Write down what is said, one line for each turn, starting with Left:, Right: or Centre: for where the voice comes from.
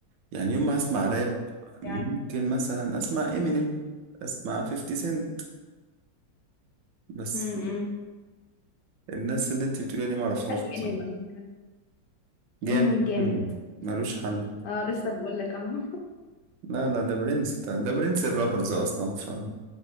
Right: يعني يوم ما اسمع راب ممكن
Left: يعني
Right: مثلا اسمع امينيم اسمع 50 سنت بس
Left: امم
Right: الناس اللي انت بتقوليها دي ما اعرفهاش
Left: حلو
Right: بصراحه
Left: انمي على فكره
Right: جامد
Left: انمي جامد
Right: Eminem، ملوش حل
Left: اه لسه بقول لك اهو
Right: لا لا ده برنس ده, ده برنس الرابرز اصلا ف